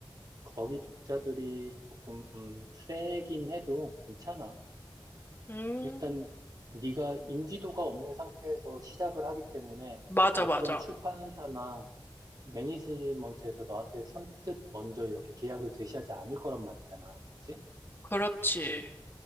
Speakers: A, on the right (about 45°); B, on the left (about 25°).
A: 거기 독자들이 조금 음, 세긴 해도 괜찮아.
B: 음,
A: 일단 네가 인지도가 없는 상태에서 시작을 하기 때문에
B: 맞아,
A: 어떤
B: 맞아.
A: 출판사나 매니지먼트에서 너한테 선뜻 먼저 이렇게 계약을 제시하지 않을 거란 말이잖아. 그치?
B: 그렇지.